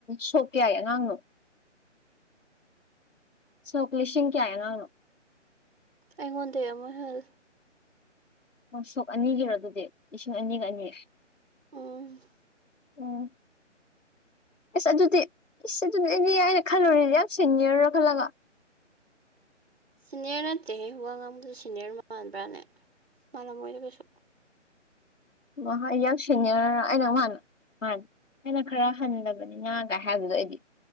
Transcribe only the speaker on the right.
ꯑꯩꯉꯣꯟꯗꯩ ꯑꯃꯥ ꯍꯦꯜꯂꯦ
ꯎꯝ
ꯁꯤꯅ꯭ꯌꯔ ꯅꯠꯇꯦꯍꯦ ꯋꯥ ꯉꯥꯡꯕꯗ ꯁꯤꯅ꯭ꯌꯔ ꯃꯥꯟꯕ꯭ꯔꯥꯅꯦ ꯃꯂꯝꯃꯣꯏꯗ ꯀꯩꯁꯨ